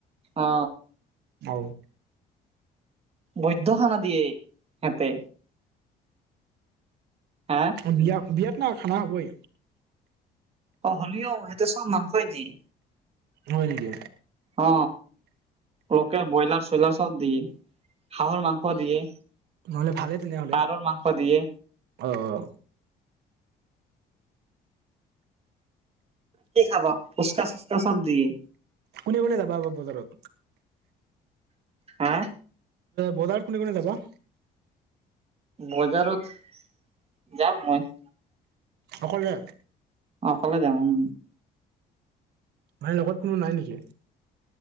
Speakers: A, on the right (about 35°); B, on the right (about 75°).
A: অ।
B: অ
A: বৈদ্য খানা দিয়ে সিহঁতে। হা?
B: অ বিয়া বিয়াত না খানা হ'বই।
A: অ হ'লিও সিহঁতে চব মাংসই দিয়ে।
B: হয় নেকি?
A: অ লোকেল, ব্ৰইলাৰ, চল চব দিয়ে, হাঁহৰ মাংস দিয়ে,
B: নহ'লে ভালে তেনেহ'লে
A: পাৰৰ মাংস দিয়ে
B: আহ।
A: কি খাবা ফচকা-চুচকা চব দিয়ে।
B: কোনে কোনে যাবা আকৌ বজাৰত?
A: হা?
B: বজাৰ কোনে কোনে যাবা?
A: বজাৰত যাম মই।
B: অকলে?
A: অ অকলে যাম উম।
B: মানে লগত কোনো নাই নেকি।